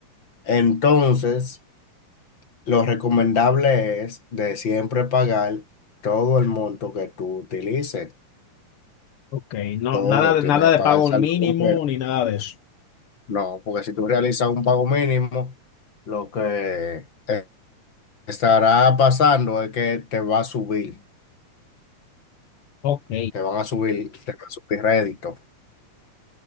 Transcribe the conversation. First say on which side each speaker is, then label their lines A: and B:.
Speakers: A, on the left; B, on the left.
A: Entonces, Lo recomendable es de siempre pagar todo el monto que tú utilices.
B: ok. No,
A: Todo
B: nada de,
A: tiene
B: nada
A: que
B: de
A: pagar
B: pago
A: el saldo
B: mínimo
A: completo.
B: ni nada de eso.
A: No, porque si tú realizas un pago mínimo, lo que eh, estará pasando es que te va a subir,
B: Ok.
A: te van a subir, te va a subir rédito.